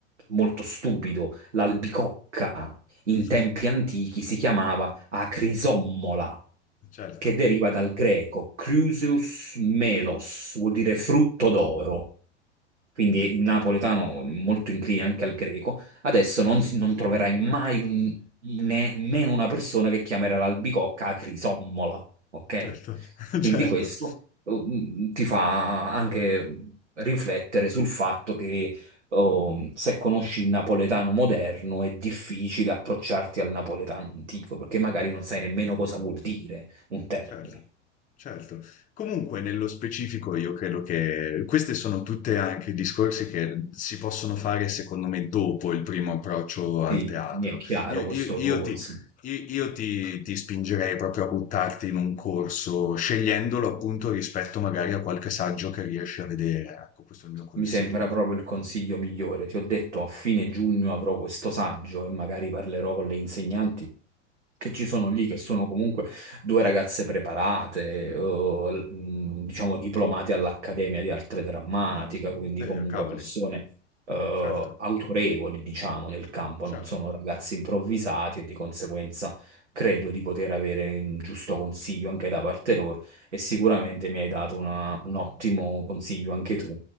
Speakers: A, on the right (about 85°); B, on the left (about 20°).
A: molto stupido, l'albicocca in
B: <laughs>
A: tempi antichi si chiamava acrisommola,
B: Certo,
A: che deriva dal greco crusius melos, vuol dire frutto d'oro. Quindi il napoletano è molto incline anche al greco, Adesso non,
B: certo,
A: si- non troverai mai un- nemmeno una persona che chiamerà l'albicocca a crisommola, ok?
B: certo, <laughs>
A: Quindi
B: certo.
A: questo eh, ti fa anche riflettere sul fatto che oh, se conosci il napoletano moderno è difficile approcciarti al napoletano antico, perché magari non sai nemmeno cosa vuol dire un termine.
B: Certo, certo. Comunque, nello specifico, io credo che queste sono tutte anche discorsi che si possono fare, secondo me, dopo il primo approccio
A: Sì,
B: al teatro.
A: mi è chiaro
B: Io, io-
A: questo
B: io
A: tuo consiglio.
B: ti, io- io ti- ti spingerei proprio a buttarti in un corso, scegliendolo appunto rispetto magari a qualche saggio che riesci a vedere. Ecco, questo è il mio consiglio.
A: Mi sembra proprio il consiglio migliore. Ti ho detto, a fine giugno avrò questo saggio e magari parlerò con le insegnanti che ci sono lì, che sono comunque due ragazze preparate, eh, l- mh, diciamo diplomate all'Accademia di Arte Drammatica, quindi
B: Eh,
A: comunque
B: cavoli,
A: persone eh,
B: certo,
A: autorevoli, diciamo, nel campo,
B: certo.
A: non sono ragazzi improvvisati e di conseguenza credo di poter avere un giusto consiglio anche da parte loro e sicuramente mi hai dato una- un ottimo consiglio anche tu